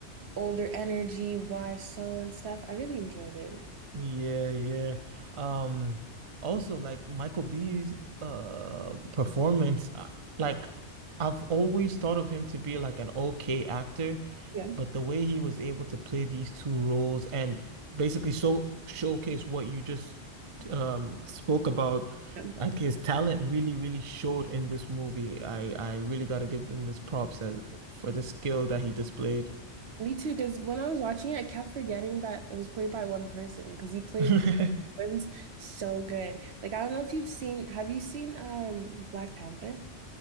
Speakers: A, on the right (about 65°); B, on the right (about 35°).
A: older energy, wise soul and stuff. I really enjoyed it.
B: Yeah, yeah. Um, also like Michael B's uh performance, uh, like I've always thought of him to be like an okay actor,
A: Yeah.
B: but the way he was able to play these two roles and basically so showcase what you just um spoke about
A: Yeah.
B: like his talent really really showed in this movie. I I really got to give him his props as for the skill that he displayed.
A: Me too, because when I was watching it, I kept forgetting that it was played by one person because he played
B: <laughs>
A: both twins so good. Like I don't know if you've seen, have you seen um Black Panther?